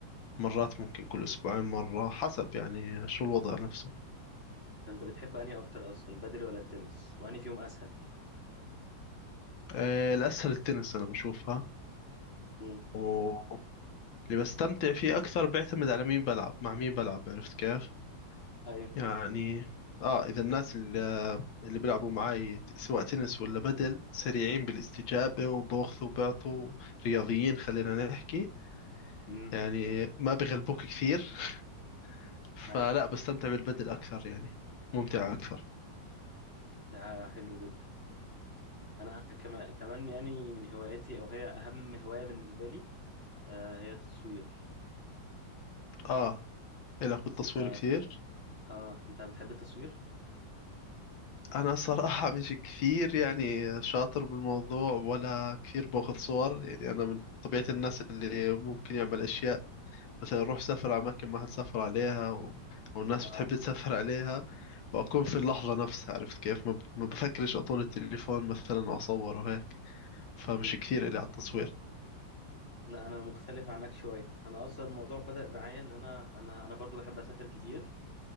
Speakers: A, on the left; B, on the left.
A: مرات ممكن كل أسبوعين مرة حسب يعني شو الوضع
B: امم
A: نفسه
B: انت بتحب انهي اكتر اصلا البادل ولا التنس وانهي فيهم اسهل
A: آه، الأسهل التنس أنا بشوفها
B: امم
A: واللي بستمتع فيه أكثر بيعتمد على مين بلعب مع مين بلعب عرفت كيف
B: ايوه
A: يعني آه إذا الناس اللي بيلعبوا معاي ت- سواء تنس ولا بدل سريعين بالاستجابة وباخذوا وبعطوا رياضيين خلينا نحكي
B: امم
A: يعني ما بغلبوك كثير <laughs> فلا
B: ايوه
A: بستمتع بالبدل أكثر يعني ممتع أكثر
B: ده حلو جدا انا كمان كمان يعني من هواياتي او هي اهم هواية بالنسبة لي آه هي التصوير
A: آه إلك بالتصوير
B: انت
A: كثير
B: اه انت بتحب التصوير
A: أنا صراحة مش كثير يعني شاطر بالموضوع ولا كثير باخذ صور يعني أنا من طبيعة الناس اللي ممكن يعمل أشياء مثلا روح سافر على أماكن ما حد سافر عليها و... والناس
B: اه
A: بتحب تسافر عليها واكون في اللحظة نفسها عرفت كيف ما ب- ما بفكرش اطول التليفون مثلا واصور وهيك فمش
B: امم
A: كثير إلي على التصوير
B: لا انا مختلف عنك شوية انا اصلا الموضوع بدأ معايا ان انا انا انا برضو بحب اسافر كتير